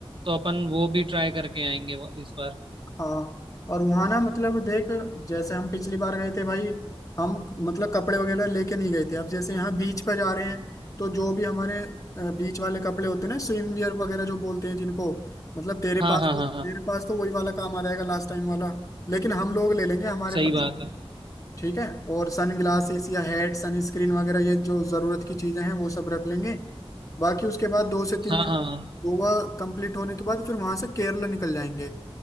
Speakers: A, on the right; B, on the left.
A: तो अपन वो भी ट्राई करके आएंगे वो- इस बार
B: हाँ और वहां ना मतलब देख जैसे हम पिछली बार गए थे भाई हम मतलब कपड़े वगैरह लेके नहीं गए थे अब जैसे यहाँ बीच पर जा रहे हैं तो जो भी हमारे बीच वाले कपड़े होते हैं ना स्विम वियर वगैरह जो बोलते हैं जिनको मतलब तेरे
A: हाँ
B: पास
A: हाँ
B: तो
A: हाँ
B: तेरे
A: हाँ
B: पास तो वही वाला काम आ जाएगा लास्ट टाइम वाला लेकिन हम लोग ले लेंगे हमारे
A: सही
B: पास
A: बात है
B: ठीक है और सन ग्लासेस या हेड सन स्क्रीन वगैरह ये जो जरूरत की चीजें हैं वो सब रख लेंगे बाकी उसके बाद दो से तीन
A: हाँ
B: दिन
A: हाँ हाँ
B: गोवा कंप्लीट होने के बाद फिर वहां से केरला निकल जाएंगे